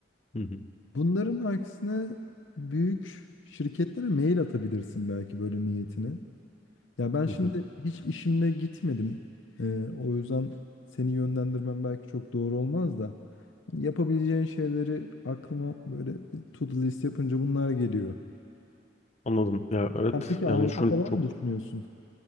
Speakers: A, on the left; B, on the left.
A: Hı hı,
B: Bunların aksine büyük şirketlere mail atabilirsin belki böyle niyetini. Ya ben
A: hı
B: şimdi
A: hı.
B: hiç işimle gitmedim. Ee, o yüzden seni yönlendirmem belki çok doğru olmaz da. Yapabileceğin şeyleri aklıma böyle bir to-do list yapınca bunlar geliyor.
A: Anladım. Ya evet
B: Sen peki
A: yani
B: Avrupa
A: şu
B: falan
A: çok
B: mı düşünüyorsun?